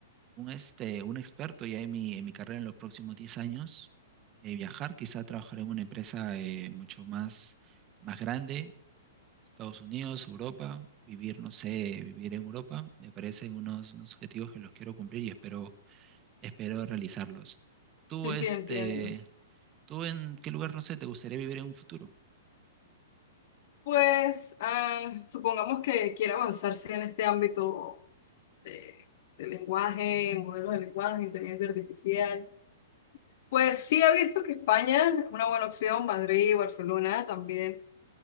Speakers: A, on the right; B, on the left.
A: un, este, un experto ya en mi, en mi carrera en los próximos 10 años, eh, viajar, quizá trabajar en una empresa eh, mucho más, más grande, Estados Unidos, Europa, vivir, no sé, vivir en Europa, me parecen unos, unos objetivos que los quiero cumplir y espero Espero realizarlos. Tú,
B: Sí,
A: este,
B: sí, entiendo.
A: ¿tú en qué lugar, no sé, te gustaría vivir en un futuro?
B: Pues ah, supongamos que quiere avanzarse en este ámbito de, de lenguaje, modelos de lenguaje, inteligencia artificial. Pues sí, he visto que España es una buena opción, Madrid, Barcelona también